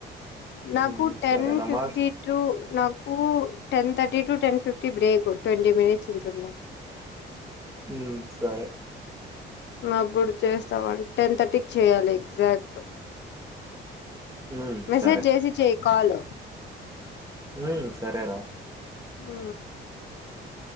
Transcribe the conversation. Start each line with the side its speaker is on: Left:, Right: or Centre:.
Right: హ్మ్.
Left: నాకు టెన్
Right: సరే నమాజ్
Left: ఫిఫ్టీ టు నాక్ కు ten thirty to, ten fifty break twenty minutes ఉంటుంది
Right: హు సరే
Left: నువ్ అప్పుడు చేస్తావా టెన్ థర్టీకి చేయాలి ఎగ్జాక్ట్
Right: హ్మ్.
Left: మెసేజ్
Right: సరే.
Left: చేసి చెయి కాల్
Right: ఉమ్ సరే రా
Left: హు